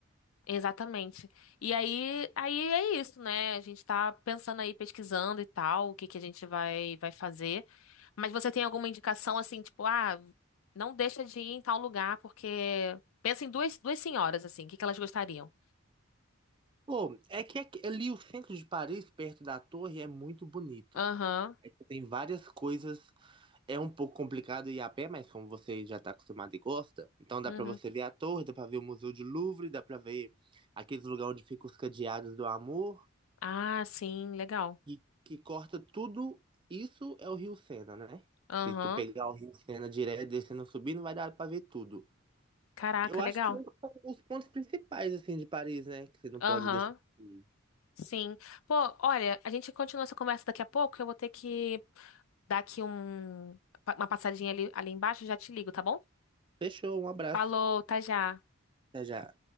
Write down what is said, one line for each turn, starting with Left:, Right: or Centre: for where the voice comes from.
Left: Exatamente. E aí, aí é isso, né? A gente tá pensando aí, pesquisando e tal, o que que a gente vai, vai fazer. Mas você tem alguma indicação assim, tipo, ah, não deixa de ir em tal lugar, porque pensa em duas, duas senhoras, assim, o que que elas gostariam?
Right: Pô, é que aqui- ali o centro de Paris, perto da torre, é muito bonito.
Left: Aham,
Right: É que tem várias coisas É um pouco complicado ir a pé, mas como você já está acostumado e gosta, então dá
Left: uhum.
Right: para você ver a torre, dá para ver o Museu de Louvre, dá para ver aqueles lugares onde ficam os cadeados do amor,
Left: Ah, sim, legal.
Right: e que corta tudo. Isso é o Rio Sena, né?
Left: Aham.
Right: Se tu pegar o Rio Sena direto, descendo, subindo, vai dar para ver tudo.
Left: Caraca,
Right: Eu
Left: legal.
Right: acho que esses são os pontos principais, assim, de Paris, né? Que você não
Left: Aham,
Right: pode deixar. de ir.
Left: sim. Pô, olha, a gente continua essa conversa daqui a pouco, eu vou ter que dar aqui um, uma passadinha ali, ali embaixo, já te ligo, tá bom?
Right: Fechou, um abraço.
Left: Falou, tá já.
Right: Até já.